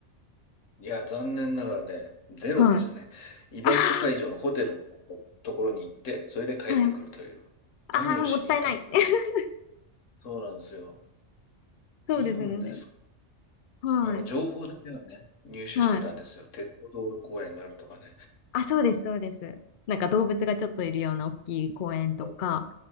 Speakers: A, on the left; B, on the left.
A: いや、残念ながらね、ゼロでしたね。
B: はい。
A: イベント会場のホテルの
B: あ
A: ところに行って、それで帰ってくるという。
B: ー、はい。
A: 何をしに行ったん
B: ああもったいない。<laughs>
A: そうなんですよ。
B: そうですね。
A: リヨンです
B: はい。
A: あの、情報だけはね、入手してたんですよ。
B: はい。
A: 鉄道道路公園があるとかね。
B: あ、そうです、そうです。なんか動物がちょっといるような大きい公園とか、
A: そう。